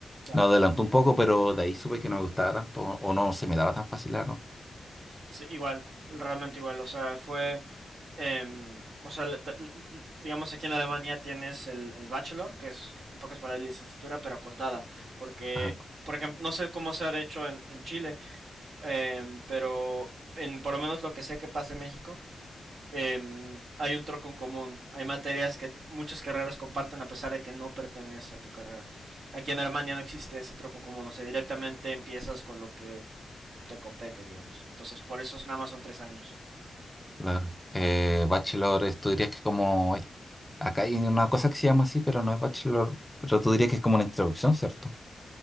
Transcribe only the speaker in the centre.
Me adelantó un poco, pero de ahí supe que no me gustaba tanto o no se me daba tan fácil, la verdad.
Ajá,
claro. Eh, bachelor, tú dirías que es como, es- acá hay una cosa que se llama así, pero no es bachelor, pero tú dirías que es como una introducción, ¿cierto?